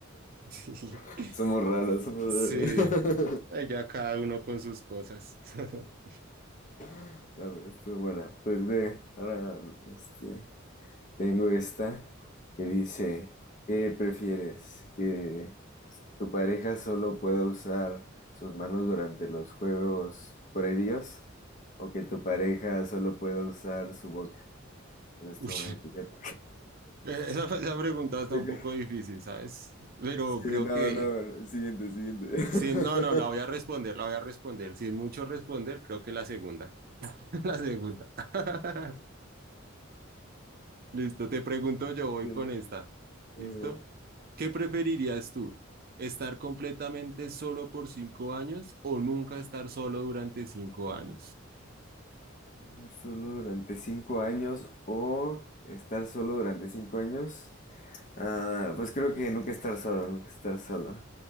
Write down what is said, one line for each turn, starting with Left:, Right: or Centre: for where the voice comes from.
Right: <laughs>
Left: <laughs> somos raros, somos raros.
Right: Sí, ahí ya cada uno con sus cosas. <laughs>
Left: <laughs> No, pero estuvo buena. Pues ve, ahora, este, Tengo esta que dice, ¿qué prefieres? ¿Que tu pareja solo pueda usar sus manos durante los juegos previos? ¿O que tu pareja solo pueda usar su boca? Eso estuvo
Right: Uy.
Left: muy picante.
Right: Eh, Esa, fue- esa pregunta está
Left: <laughs>
Right: un poco difícil, ¿sabes? Pero
Left: Sí,
Right: creo
Left: no,
Right: que,
Left: no, no, siguiente, siguiente. <laughs>
Right: sí, no, no, la voy a responder, la voy a responder. Sin mucho responder, creo que la segunda. <laughs> La segunda. <laughs> Listo, te pregunto yo, voy
Left: Sí,
Right: con esta. ¿Listo?
Left: eh,
Right: ¿Qué preferirías tú? ¿Estar completamente solo por cinco años o nunca estar solo durante cinco años?
Left: Estar solo durante cinco años o estar solo durante cinco años Ah, pues creo que nunca estar solo, nunca estar solo.